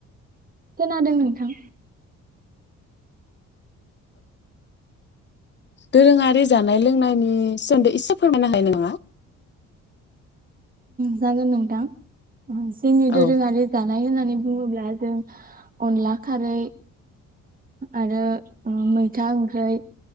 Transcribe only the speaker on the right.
खोनादों नोंथां।
जागोन नोंथां। जोंनि दोरोङारि
जानाय होननानै बुङोब्ला जों अनला खारै आरो ओ मैथा ओंख्रै